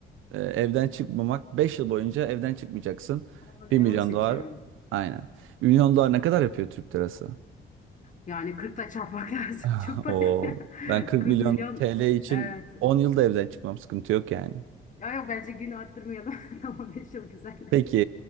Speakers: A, on the right; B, on the left.
A: e, evden çıkmamak 5 yıl boyunca evden çıkmayacaksın.
B: <laughs> Ama Onu,
A: Bir
B: e,
A: milyon
B: onu seçiyorum.
A: dolar aynen. 1 milyon dolar ne kadar yapıyor Türk lirası?
B: Yani 40'la çarpmak lazım.
A: <laughs>
B: <laughs> Çok para
A: Oo,
B: yapıyor.
A: ben 40
B: 40
A: milyon
B: milyon.
A: TL için
B: Evet.
A: 10 yılda evden çıkmam sıkıntı yok yani.
B: Ya yok bence gün arttırmayalım. <laughs> Tamam 5 yıl güzel.
A: Peki